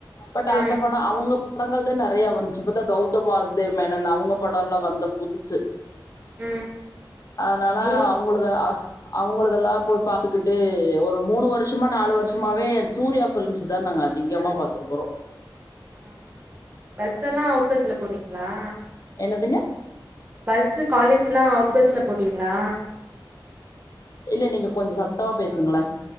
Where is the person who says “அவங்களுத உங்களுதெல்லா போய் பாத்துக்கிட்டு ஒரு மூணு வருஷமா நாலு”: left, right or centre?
Left